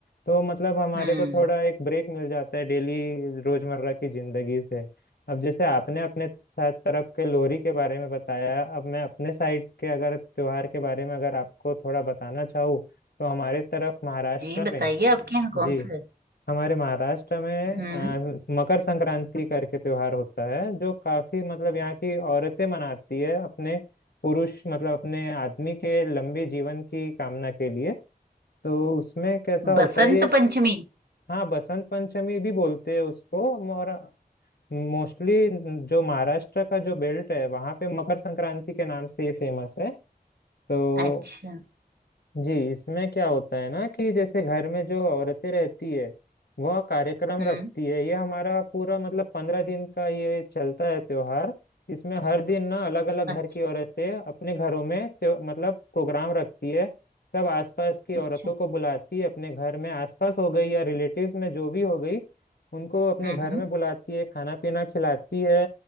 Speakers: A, on the left (about 80°); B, on the right (about 75°).
A: तो मतलब हमारे
B: हम्म
A: को थोड़ा एक ब्रेक मिल जाता है डेली रोजमर्रा की जिंदगी से अब जैसे आपने अपने साइड तरफ के लोरी के बारे में बताया अब मैं अपने साइड के अगर त्योहार के बारे में अगर आपको थोड़ा बताना चाहूँ तो हमारे तरफ महाराष्ट्र
B: जी बताइए
A: में
B: आपके यहाँ कौन
A: जी
B: सा है
A: हमारे महाराष्ट्र में
B: हम्म
A: अ, मकर संक्रांति करके त्योहार होता है जो काफी मतलब यहाँ की औरतें मनाती है अपने पुरुष मतलब अपने आदमी के लंबे जीवन की कामना के लिए तो उसमें कैसा होता
B: बसंत
A: है ये
B: पंचमी
A: हाँ बसंत पंचमी भी बोलते हैं उसको और मोस्टली जो महाराष्ट्र का जो बेल्ट है वहाँ पे मकर संक्रांति के नाम से ही फेमस है तो
B: अच्छा
A: जी इसमें क्या होता है ना कि जैसे घर में जो औरतें रहती है वह कार्यक्रम
B: हम्म
A: रखती है ये हमारा पूरा मतलब पंद्रह दिन का ये चलता है त्योहार इसमें हर दिन ना अलग अलग
B: अच्छा
A: घर की औरतें अपने घरों में त्यो- मतलब प्रोग्राम रखती है सब आसपास की औरतों
B: अच्छा
A: को बुलाती है अपने घर में आसपास हो गई या रिलेटिव्स में जो भी हो गई उनको अपने
B: हम्म
A: घर
B: हम्म
A: में बुलाती है खाना पीना खिलाती है